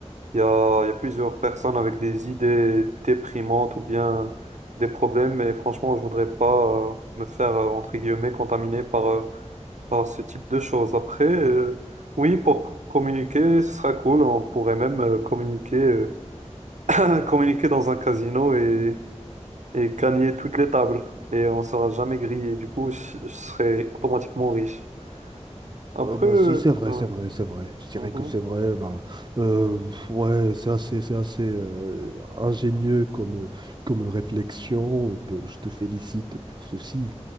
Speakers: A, on the right (about 85°); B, on the right (about 40°).
A: il y a il y a plusieurs personnes avec des idées déprimantes ou bien des problèmes. Et franchement, je voudrais pas euh, me faire euh, entre guillemets contaminer par euh, Bon, ce type de choses. Après, euh, oui, pour communiquer, ce sera cool. On pourrait même euh, communiquer, euh, <clears throat> communiquer dans un casino et, et gagner toutes les tables. Et on sera jamais grillé. Du coup, je, je serai automatiquement riche. Après,
B: Euh, bah,
A: euh,
B: si, c'est vrai,
A: hein,
B: c'est vrai, c'est vrai. Je dirais
A: mhm.
B: que c'est vrai. Bah, euh, ouais, c'est assez, c'est assez euh, ingénieux comme, euh, comme réflexion. Bah, je te félicite pour ceci.